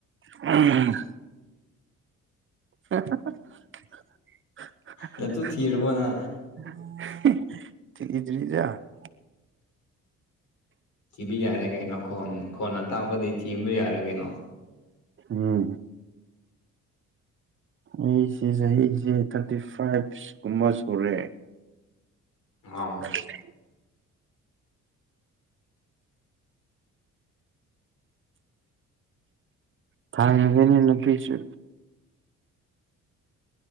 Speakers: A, on the right; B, on the left.
A: <unintelligible> <unintelligible>
B: ꯅꯇꯨ ꯊꯤꯔꯕꯅ
A: ꯊꯤꯗ꯭ꯔꯤꯗ
B: ꯊꯤꯕ ꯌꯥꯔꯦ ꯀꯩꯅꯣ ꯈꯣꯟ ꯈꯣꯟꯅ ꯇꯥꯛꯄꯗꯤ ꯊꯤꯕ ꯌꯥꯔꯦ ꯀꯩꯅꯣ ꯑ
A: ꯎꯝ ꯑꯩꯁꯦ ꯆꯍꯤꯁꯦ ꯊꯥꯔꯇꯤ ꯐꯥꯏꯚ ꯀꯨꯝꯕ ꯁꯨꯔꯦ <inaudible>
B: ꯑꯥꯎ
A: ꯐꯥꯡꯗꯦꯅꯦ ꯅꯨꯄꯤꯁꯨ